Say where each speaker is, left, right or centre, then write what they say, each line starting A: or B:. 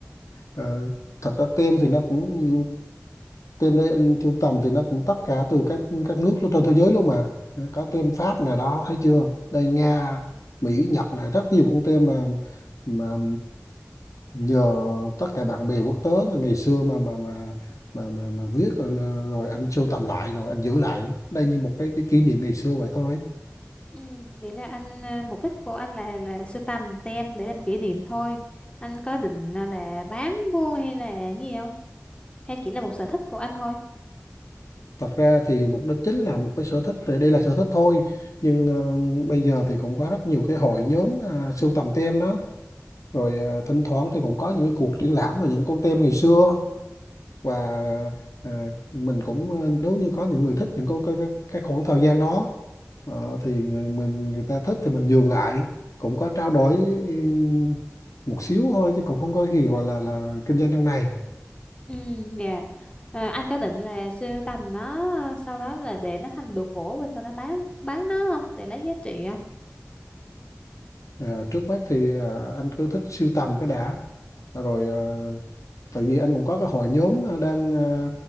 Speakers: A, on the left (about 80°); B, on the left (about 20°).
A: Ờ, thật ra tem thì nó cũng tem đây anh sưu tầm thì nó cũng tất cả từ các các nước trên thế giới luôn mà có tem Pháp này đó thấy chưa đây Nga Mỹ Nhật này rất nhiều con tem mà mà nhờ tất cả bạn bè quốc tế là ngày xưa mà mà mà mà mà, mà viết rồi, rồi anh sưu tầm lại rồi anh giữ lại đây như một cái cái kỷ niệm ngày xưa vậy thôi
B: Ừm, vậy là anh à, mục đích của anh là là sưu tầm tem để làm kỷ niệm thôi. Anh có định là, là bán buôn hay là gì không? Hay chỉ là một sở thích của anh thôi?
A: thật ra thì mục đích chính là một cái sở thích rồi đây là sở thích thôi nhưng ờ, bây giờ thì cũng có rất nhiều cái hội nhóm à, sưu tầm tem đó rồi à, thỉnh thoảng thì cũng có những cái cuộc triển lãm về những con tem ngày xưa và à, mình cũng à, nếu như có những người thích những cái cái, cái cái khoảng thời gian đó ờ, thì người, mình người ta thích thì mình nhường lại cũng có trao đổi ừm, một xíu thôi chứ cũng không có gì gọi là là kinh doanh trong này
B: Ừ, dạ. À, anh có định là sưu tầm nó sau đó là để nó thành đồ cổ và sau đó bán bán nó không để lấy giá trị không?
A: Ờ, trước mắt thì à, anh cứ thích sưu tầm cái đã rồi à, tại vì anh cũng có cái hội nhóm ờ, đang ờ,